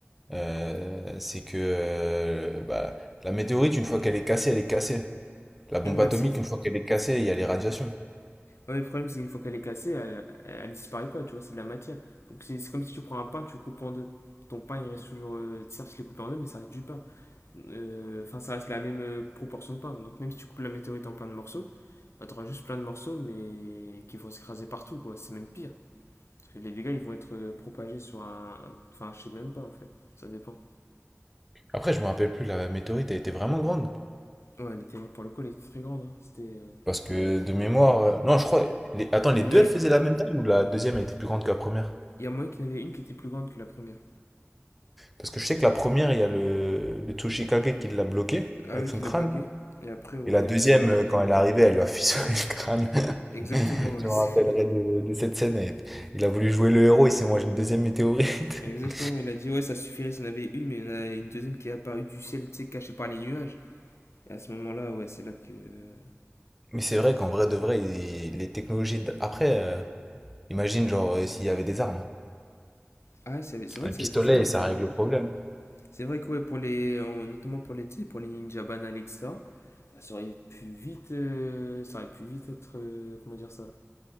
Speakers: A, in the centre; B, on the left.
A: euh, c'est que euh, bah, la météorite, une fois qu'elle est cassée, elle est cassée. La bombe
B: Ouais, mais
A: atomique,
B: elle s'est-
A: une fois qu'elle est cassée, il y a les radiations.
B: ouais, le problème, c'est une fois qu'elle est cassée, elle, elle- elle disparaît pas, tu vois, c'est de la matière. Donc c'est c'est comme si tu prends un pain, tu le coupes en deux. Ton pain, il reste toujours. euh, certes, il est coupé en deux, mais ça reste du pain. Enfin, euh, enfin, ça reste la même euh, proportion de pain. Donc, même si tu coupes la météorite en plein de morceaux, bah, t'auras juste plein de morceaux, mais qui vont s'écraser partout, quoi. C'est même pire. Parce que les dégâts, ils vont être euh, propagés sur un. Enfin, je sais même pas, en fait. Ça dépend.
A: Après, je me rappelle plus, la météorite, elle était vraiment grande.
B: Ouais, elle était, pour le coup, elle était très grande. hein. C'était. euh,
A: Parce que de mémoire. euh, Non, je crois. les- Attends, les
B: Il
A: deux,
B: y en avait.
A: elles faisaient la même taille ou la deuxième elle était plus grande que la première?
B: Il y a moyen qu'il y en avait une qui était plus grande que la première.
A: Parce que je sais que la première, il y a le, le Tsuchikage qui l'a bloqué
B: Ah
A: avec
B: oui,
A: son
B: qu'il
A: crâne.
B: l'a bloquée
A: là.
B: Et après, ouais,
A: Et la deuxième,
B: il y en avait deux.
A: euh, quand elle est arrivée, elle lui a <laughs> fissuré le crâne. <laughs>
B: Exactement, ouais.
A: Je me
B: <laughs> c'est-
A: rappellerai de, de cette scène. elle- Il a voulu jouer le héros, il s'est mangé une deuxième météorite.
B: Exactement,
A: <laughs>
B: il a dit, ouais, ça suffirait s'il y en avait une, mais il y en a une deuxième qui est apparue du ciel, tu sais, cachée par les nuages. Et à ce moment-là, ouais, c'est là que. euh,
A: Mais c'est vrai qu'en vrai de vrai, il- les technologies. d- Après, euh, imagine, genre, euh, s'il y avait des armes.
B: Ah, c'est c'est vrai
A: Un
B: que
A: pistolet,
B: ça avait des armes.
A: ça
B: euh,
A: règle le problème.
B: C'est vrai que ouais, pour les, en- notamment pour les, tu sais, pour les ninja banals, etc. Ça aurait pu vite, euh, ça aurait pu vite être, euh, comment dire ça?